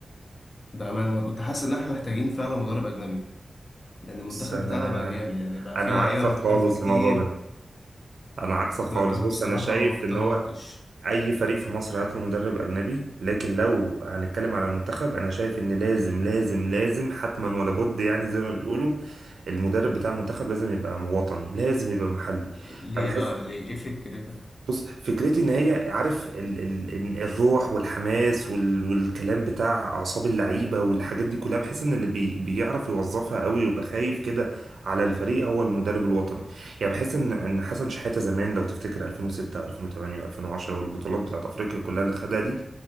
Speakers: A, on the left (about 50°); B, on the right (about 80°).
A: ده أمانة أنا كنت حاسس إن إحنا محتاجين فعلا مدرب أجنبي لأن المنتخب
B: بس انا
A: بتاعنا بقى جامد يعني بقى
B: انا
A: فيه لعيبة
B: عكسك
A: محترفة
B: خالص
A: كتير
B: في الموضوع ده انا عكسك خالص
A: لا أنا
B: بص
A: بصراحة
B: انا شايف
A: ما اقتنعتش
B: ان هو اي فريق في مصر هات له مدرب اجنبي لكن لو هنتكلم على المنتخب انا شايف ان لازم لازم لازم حتما ولا بد يعني زي ما بيقولوا المدرب بتاع المنتخب لازم يبقى وطني لازم يبقى محلي
A: ليه
B: بحس
A: بقى ليه ايه فكرتك
B: بص فكرتي ان هي عارف ال ال ال- الروح والحماس وال والكلام بتاع اعصاب اللعيبه والحاجات دي كلها بحيث ان اللي بي بيعرف يوظفها قوي ويبقى خايف كده على الفريق هو المدرب الوطني يعني بحس ان ان حسن شحاته زمان لو تفتكر 2006 و2008 و2010 والبطولات بتاعت افريقيا كلها اللي خدها دي